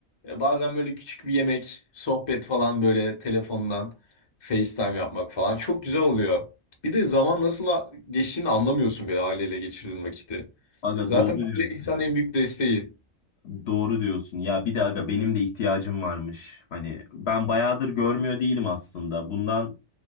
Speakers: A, on the left (about 30°); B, on the left (about 60°).
A: E, bazen böyle küçük bir yemek, sohbet falan böyle telefondan FaceTime yapmak falan çok güzel oluyor. Bir de zaman nasıl a- geçtiğini anlamıyorsun bile aileyle geçirdiğin vakiti.
B: Aga
A: Zaten
B: doğru diyorsun.
A: aile insanın en büyük desteği.
B: Doğru diyorsun. Ya bir de aga benim de ihtiyacım varmış. Hani ben bayağıdır görmüyor değilim aslında. Bundan